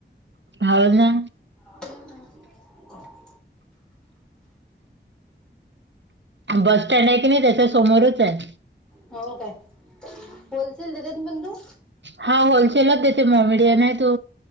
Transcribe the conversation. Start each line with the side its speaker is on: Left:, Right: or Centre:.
Right: हाव ना
Centre: <unintelligible>
Right: बस स्टँडय कणी त्याच्या समोरचंय
Centre: हो काय? होलसेल देतेना तु?
Right: हाव होलसेलच देते म <unintelligible> नाय तो